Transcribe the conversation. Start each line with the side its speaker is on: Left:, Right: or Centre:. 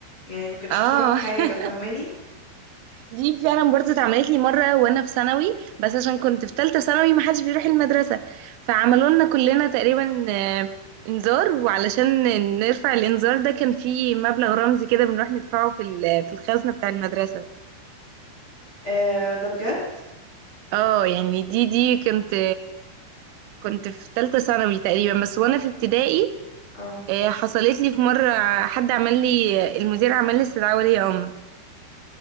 Left: يعني ما كانش
Right: اه
Left: بسبب حاجة
Right: <laughs>
Left: فاهماني
Right: دي فعلا برضه اتعملت لي مره وانا في ثانوي بس عشان كنت في ثالثه ثانوي ما حدش بيروح المدرسه فعملوا لنا كلنا تقريبا آه، انذار وعلشان نرفع الانذار ده كان في مبلغ رمزي كده بنروح ندفعه في ال- في الخزنه بتاع المدرسه
Left: آه... ده بجد
Right: اه يعني دي دي كنت كنت في ثالثه ثانوي تقريبا بس وانا في ابتدائي
Left: اه
Right: آه، حصلت لي في مره حد عمل لي المدير عمل لي استدعاء ولي امر